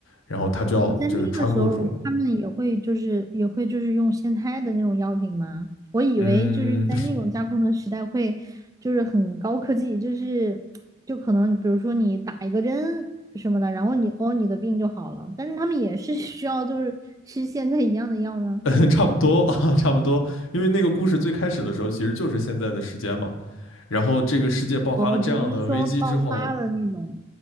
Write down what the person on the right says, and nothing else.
我在那个时候，他们也会就是也会就是用现开的那种药品吗？我以为就是在那种架空的时代会就是很高科技，
就是就可能比如说你打一个针什么的，然后你哦你的病就好了，但是他们也是 <laughs> 需要就是吃现在一样的药呢，
哦，只是说爆发了那种，